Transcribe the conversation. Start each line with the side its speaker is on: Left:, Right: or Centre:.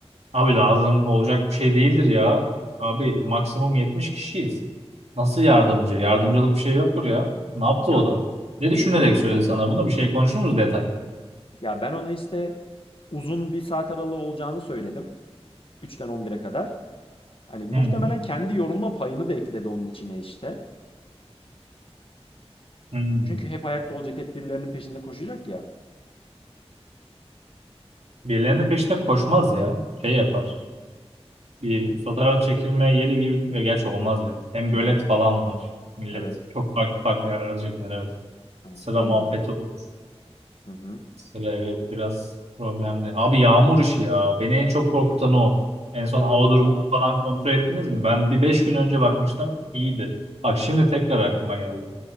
Right: Abi lazım olacak bir şey değildir ya. Abi maksimum 70 kişiyiz. Nasıl yardımcı? Yardımcılık bir şey yoktur ya. Ne yaptı
Left: Ya
Right: o da?
Left: bi-
Right: Ne
Left: bilmiyorum
Right: düşünerek söyledi
Left: yani.
Right: sana bunu? Bir şey konuşur muyuz detay?
Left: Ya ben ona işte uzun bir saat aralığı olacağını söyledim. 3'ten 11'e kadar. Hani muhtemelen
Right: Hı hı.
Left: kendi yorulma payını da ekledi onun içine işte.
Right: Hı.
Left: Çünkü hep ayakta olacak, hep birilerinin peşinde koşacak ya.
Right: Birilerinin peşinde koşmaz ya. Şey yapar. Bir fotoğraf çekilme yeri gibi e, gerçi olmaz ya. Hem gölet
Left: Hı hı.
Right: falan var. Millet
Left: Evet.
Right: çok farklı farklı yerlerde çekinir evet.
Left: Evet.
Right: Sıra
Left: O
Right: muhabbeti
Left: yüzden.
Right: olur.
Left: Hı hı.
Right: Sıra evet biraz problemli. Abi yağmur
Left: Ya
Right: işi ya. Beni en çok korkutan o. En son
Left: o
Right: hava durumunu falan kontrol ettiniz mi? Ben bir beş gün önce bakmıştım. iyiydi. Bak şimdi tekrar aklıma geldi.